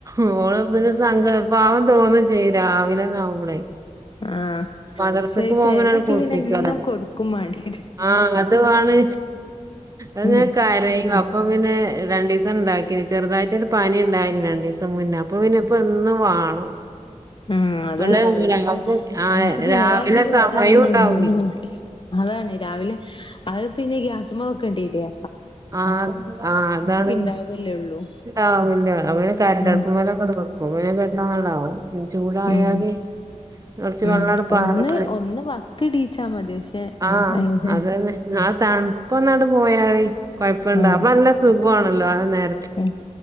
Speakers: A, on the right (about 25°); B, on the left (about 40°).
A: മോള് പിന്നെ സങ്കട പാവം തോന്നും ചെയ്യും രാവിലെന്നാവുമ്പളെ
B: ആഹ്
A: മദ്രസക്ക്
B: പക്ഷെ
A: പോകുമ്പോനാണ്
B: ചേലാക്കിയ
A: കുളപ്പിക്കുവത്
B: പിന്നെ എന്നും കൊടുക്കും മാണ്ടിയേരും.
A: ആഹ് അങ്ങനത്തതാണ് അങ്ങ്
B: ഉം
A: കരയും അപ്പ പിന്നെ രണ്ടീസം ണ്ടാക്കിനി ചെറുതായിട്ടൊരു പനി ണ്ടായിനി രണ്ടീസം മുന്നേ അപ്പൊ പിന്നേ ഇപ്പ എന്നും വാണം
B: ആഹ് അതാള്ളത്
A: ഇവിടെ രാവിലെ ആഹ്
B: ഓൽക്ക് ചേലാക്കി
A: രാവിലെ
B: കൊടുത്താ
A: സമയോം
B: പിന്ന
A: ഉണ്ടാവൂലേ
B: എന്നും അതാണ് രാവിലെ അത് പിന്നെ ഗ്യാസ്മ്മേ വെക്കേണ്ടിരിയെ
A: ആഹ് ആഹ് അതാണ്
B: ഇണ്ടാവല്ലേ ഒള്ളൂ.
A: ആവൂല അപ്പം ഞാൻ കരണ്ട്
B: ഉം
A: അടുപ്പ് മേല്ഒക്കെ വെക്കും ഇപ്പം പിന്നെ പെട്ടന്ന് ങ്ങണ്ട് ആവും ചൂട് ആയാല്
B: ഉം
A: കൊറച്ച്
B: ഉം
A: വെള്ളട് പാറ്ന്ന്
B: ഒന്ന് ഒന്ന് വക്കിടീച്ചാ മതി പക്ഷെ
A: ആഹ്
B: അയിന്
A: അതന്നെ ആഹ് തണുപ്പൊന്നാണ്ട് പോയാല് കൊഴപ്പണ്ടാ
B: ഉം
A: അപ്പ നല്ല സുഖാണല്ലോ ആ നേരം
B: ഉം